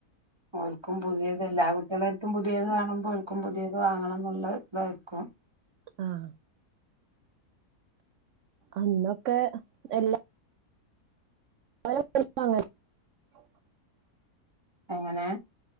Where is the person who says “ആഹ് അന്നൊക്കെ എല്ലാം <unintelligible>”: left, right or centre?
Right